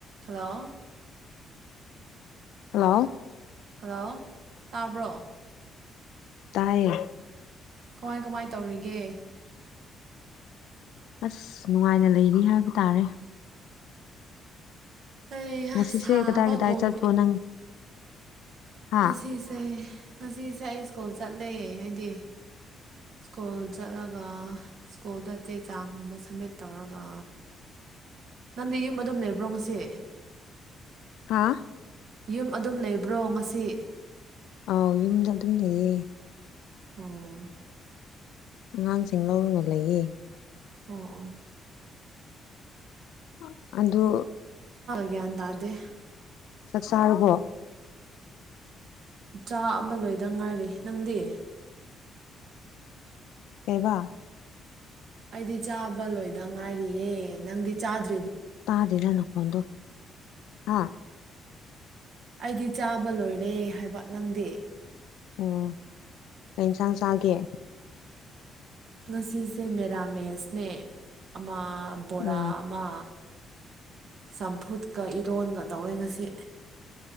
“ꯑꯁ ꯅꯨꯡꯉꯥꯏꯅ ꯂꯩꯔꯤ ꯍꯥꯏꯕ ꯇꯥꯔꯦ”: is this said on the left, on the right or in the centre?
Left